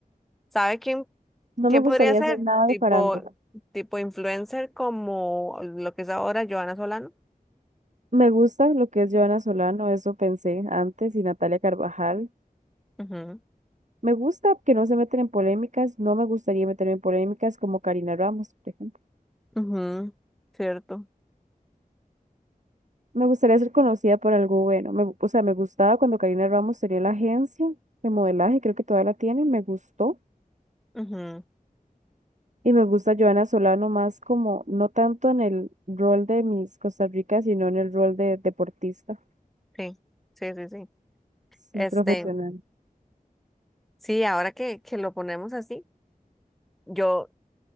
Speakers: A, in the centre; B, on the right.
A: ¿Sabe quién,
B: no
A: quién
B: me gustaría
A: podría ser?
B: hacer
A: Bueno.
B: nada
A: Tipo,
B: de farándula.
A: tipo influencer como lo que es ahora Joana Solano.
B: Me gusta lo que es Joana Solano, eso pensé antes, y Natalia Carvajal.
A: Ujú,
B: Me gusta que no se meten en polémicas, no me gustaría meterme en polémicas como Karina Ramos, por ejemplo.
A: ujú, cierto.
B: Me gustaría ser conocida por algo bueno. Me, o sea, me gustaba cuando Karina Ramos tenía la agencia de modelaje, creo que todavía la tiene, me gustó.
A: Ujú,
B: Y me gusta Joana Solano más como, no tanto en el rol de Miss Costa Rica, sino en el rol de deportista,
A: sí, sí, sí, sí.
B: sí,
A: Este,
B: profesional.
A: sí, ahora que, que lo ponemos así, yo